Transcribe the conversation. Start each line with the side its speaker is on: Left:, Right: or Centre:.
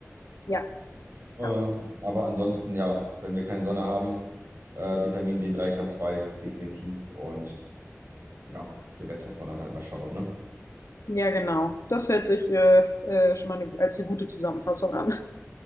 Left: Ja,
Right: Ähm,
Left: ja.
Right: aber ansonsten, ja, wenn wir keine Sonne haben, äh, Vitamin D3, K2 definitiv. Und ja, den Rest muss man dann halt mal schauen, ne?
Left: Ja, genau. Das hört sich äh, äh, schon mal eine, als eine gute Zusammenfassung an.